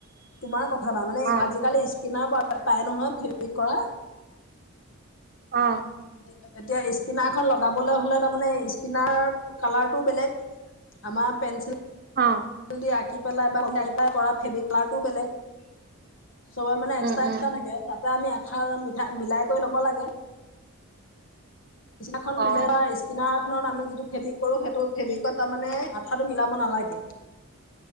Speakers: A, on the left; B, on the right.
A: তোমাৰ ক তাৰমানে
B: অ
A: আজিকালি স্কিনাৰ পৰা নহয় ফ্ৰেবিক কৰা
B: অ।
A: এতিয়া স্কিনাৰখনন লগাবলৈ হ'লে তাৰমানে, স্কিনাৰ কালাৰটো বেলেগ আমাৰ পেঞ্চিল
B: অ।
A: জল দি আঁকি পেলাই বা আ পেলাই কৰা ফ্ৰেবিকলাৰটোও বেলেগ চবে মানে এক্সট্ৰা
B: উম উম
A: এক্সট্ৰা থাকে। তাত ত আমি আঠা মিঠা মিলাই কৰি ল'ব লাগে স্কিনাৰ খন
B: অ
A: দিলে বা স্কিনাৰ খনত আমি টো ফেব্ৰিক কৰো সেইটো ফেব্ৰিকত তাৰমানে, আঠাটো মিলাব নালাগে।